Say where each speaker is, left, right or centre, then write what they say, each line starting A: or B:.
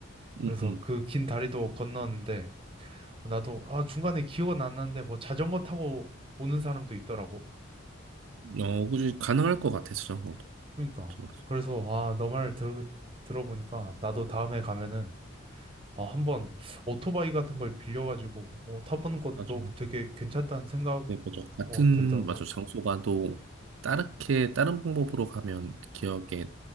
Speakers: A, on the right; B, on the right.
A: 그래서
B: 응, 응.
A: 그 긴 다리도 건너는데 나도 아 중간에 기억은 안 나는데 뭐 자전거 타고 오는 사람도 있더라고.
B: 어, 그지. 가능할 것 같아, 저런 것도.
A: 그러니까
B: 맞아,
A: 그래서 아 너 말 들어 들어보니까 나도 다음에 가면은 어, 한번 오토바이 같은 걸 빌려가지고 어, 타보는 것도
B: 맞아. 맞아.
A: 되게 괜찮다는 생각
B: 네, 맞아. 같은,
A: 어, 들더라고.
B: 맞아. 장소 가도 다르게, 다른 방법으로 가면 기억에